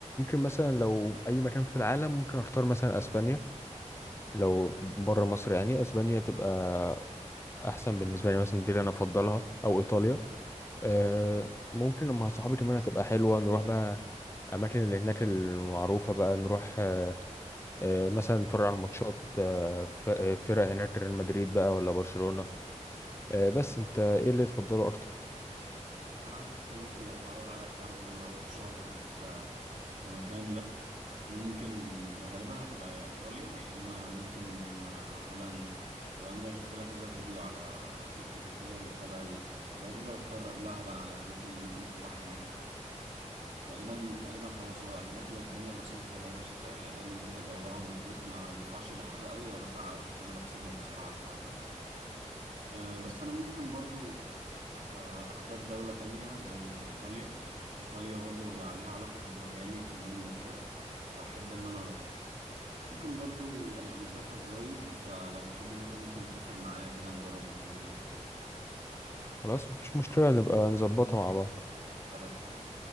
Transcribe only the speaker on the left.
مثلا لو اي مكان في العالم ممكن اختار مثلا اسبانيا لو بره مصر يعني اسبانيا تبقى احسن بالنسبه لي مثلا دي اللي انا افضلها او ايطاليا آه، ممكن لما صحابي كمان هتبقى حلوه نروح بقى الأماكن اللي هناك المعروفة بقى نروح آه، آه، مثلا نتفرج على الماتشات آه، ف- آه، فرق هناك ريال مدريد بقى ولا برشلونة آه، بس انت ايه اللي تفضله اكتر
خلاص مفيش مشكلة نبقى نظبطها مع بعض